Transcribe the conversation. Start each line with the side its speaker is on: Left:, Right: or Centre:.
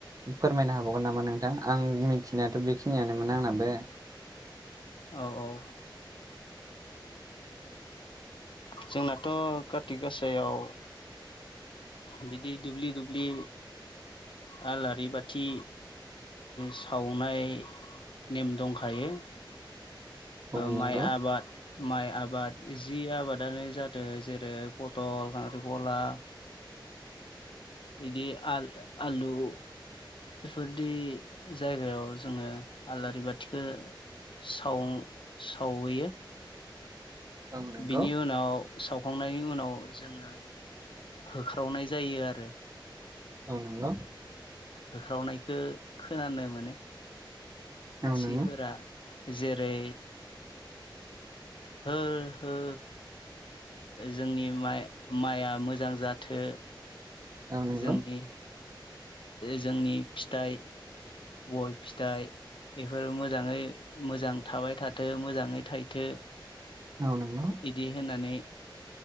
Right: फोरमायनो हाबावगोन नामा नोंथां आं मिथिनायाथ' बेखिनियानोमोन आंनाबो
Left: औ औ। जोंनाथ' काति गासायाव बिदि दुब्लि दुब्लि आलारि बाथि सावनाय नेम दंखायो।
Right: औ नंगौ
Left: माइ आबाद माइ आबाद आबाद जि आबादानो जादों जेरै पटल खांख्रि गला बिदि आलु बेफोरदि जायगायाव जोङो आलारि बाथिखौ साव -सावहैयो।
Right: औ नंगौ
Left: बिनि उनाव सावखांनायनि उनाव जोङो होख्रावनाय जायो आरो।
Right: औ‌ नंगौ।
Left: होख्रावनायखौ खोनानो मोनो।। मानसिफोरा
Right: औ नंगौ
Left: जेरै हो-हो जोंनि माइ माइआ मोजां जाथो
Right: औ नंगौ
Left: जोंनि जोंनि फिथाइ गय फिथाइ बेफोरो मोजाङै मोजां थाबाय थाथों मोजाङै थायथो
Right: औ नंगौ
Left: बिदि होनानै